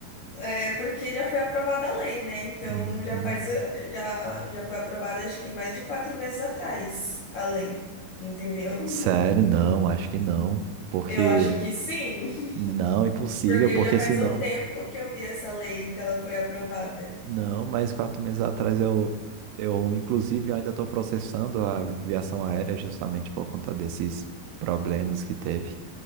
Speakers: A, on the left; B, on the right.
A: é porque já foi aprovada a lei, né? Então
B: Uhum.
A: já faz, eh, já, já foi aprovada acho que mais de quatro meses atrás a lei, entendeu?
B: Sério,
A: <laughs>
B: não, acho que não. Porque,
A: Eu acho que sim,
B: não, impossível,
A: <laughs> porque
B: porque
A: já faz
B: senão.
A: um tempo que eu vi essa lei que ela foi aprovada.
B: Não, mas quatro meses atrás eu, eu inclusive, eu ainda estou processando a aviação aérea justamente por conta desses problemas que teve.